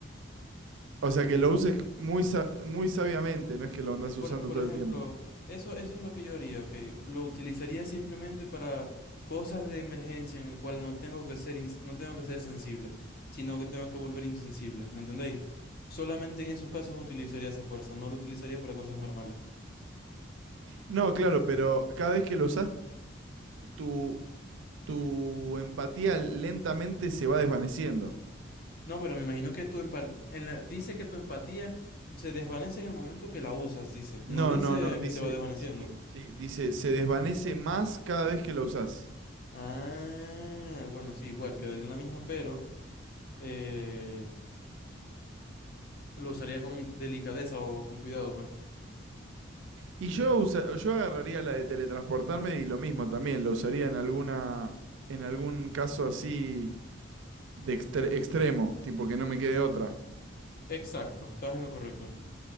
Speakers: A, on the right; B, on the left.
A: O sea, que lo uses muy, sa- muy sabiamente, no es que lo andas
B: Eh, Por,
A: usando
B: por
A: todo
B: ejemplo,
A: el tiempo.
B: eso, eso es lo que yo haría, ok. Lo utilizaría simplemente para cosas de emergencia en el cual no tengo que ser, ins- no tengo que ser sensible, sino que tengo que volver insensible, ¿me entendéis? Solamente en esos casos utilizaría esa fuerza, no lo utilizaría para cosas normales.
A: No, claro, pero cada vez que lo usás, tu, tu empatía lentamente se va desvaneciendo.
B: No, pero me imagino que tu empa- en la- dice que tu empatía se desvanece en el momento que la usas, dice. No
A: No,
B: dice
A: no, no, dice,
B: que se va desvaneciendo.
A: sí, sí, dice, se desvanece más cada vez que la usás.
B: Ah, bueno, sí, igual, quedaría en la misma, pero... eh, Lo usaría con delicadeza o con cuidado, pues.
A: Y yo usa- yo agarraría la de teletransportarme y lo mismo también, lo usaría en alguna, en algún caso así de extre- extremo, tipo que no me quede otra.
B: Exacto, estás en lo correcto.